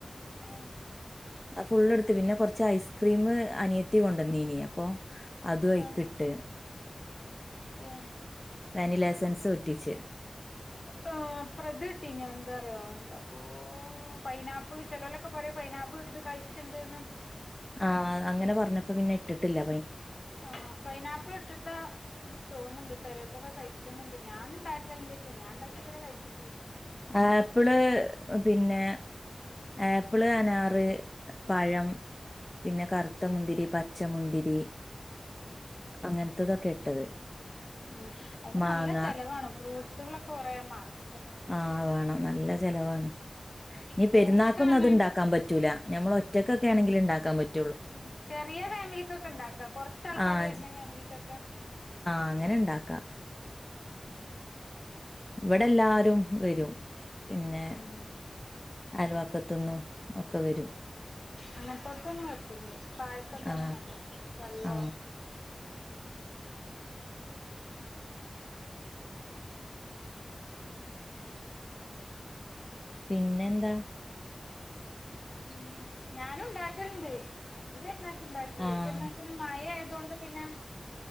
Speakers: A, on the left; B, on the left.
A: ഹേ
B: ഫുള്ള് എട്ത്ത് പിന്നെ കൊർച്ച് ഐസ്ക്രീം അനിയത്തി കൊണ്ടാന്നീനി അപ്പൊ അതും അയ്ക്ക്‌ട്ട്
A: ആ ഏ
B: വനിലാ എസൻ സെൻസ് ഉറ്റിച്ച്
A: ഹേ പ്രെത ഇട്ടീനോ എന്താറയോ എന്താപ്പോ പൈനാപ്പ്ള് ചെലൊലോക്കെ പറയും പൈനാപ്പിള് ഇട്ടിട്ട് കഴിച്ച്ണ്ട്ന്ന്
B: ആ അങ്ങനെ പറഞ്ഞപ്പം പിന്നെ ഇട്ട്ട്ടില്ല
A: ആ പൈനാപ്പിള് ഇട്ട്ട്ടാ തോന്ന്ണ്ട് ചെലോൽത്തൊക്കെ കഴിച്ച്ണ്ട് ഞാന് ഇണ്ടാക്കല്ണ്ട് ക്ഷേ ഞാൻ ഇണ്ടാക്കിയത് ഇതുവരെ കഴിച്ച്
B: ആപ്പ്ള് പിന്നെ ആപ്പ്ള് അനാറ് പഴം, പിന്നെ കറുത്ത മുന്തിരി, പച്ചമുന്തിരി, അങ്ങൻത്തതൊക്കെ ഇട്ടത്
A: മ് അതിന്
B: മാങ്ങ
A: നല്ല ചെലവാണ് ഫ്രൂട്ട്സ് കളൊക്കെ കൊറേ മാണം.
B: ആഹ് വേണം. നല്ല ചെലവാണ്. ഇനി
A: ഫ്രൂട്ട്സ്
B: പെരുന്നാക്കൊന്നും
A: ആണ്
B: അതുണ്ടാക്കാൻ പറ്റൂല. ഞമ്മള് ഒറ്റക്കൊക്കേണെങ്കില് ഇണ്ടാക്കാൻ പറ്റ്
A: മ് ചെറിയ ഫാമിലിക്കൊക്കെ ഉണ്ടാക്കാം. കൊറച്ച ആൾക്കാര്
B: ആഹ്
A: വര്ണ ഫാമിലിക്കൊക്കെ
B: ആഹ് അങ്ങനെ ഇണ്ടാക്കാ
A: ഉം
B: ഇവടെല്ലാ രും വരും. പിന്നെ
A: ഉം
B: അയൽവക്കത്ത്ന്നും ഒക്കെ വരും.
A: അങ്ങനത്തോടത്തൊന്നും പറ്റൂല പായസൊക്കെ തന്നെ
B: ആ
A: നല്ലേ വെള്ളോ
B: ആ പിന്നെ എന്താ?
A: മ് ഞാനുണ്ടാക്കലണ്ട്. ഈ പെരുന്നാക്ക് ഉണ്ടാക്കിലേയ്.
B: ആഹ്
A: പെരുന്നാക്ക് പിന്നെ മഴയായത് എന്തോണ്ട് പിന്നെ?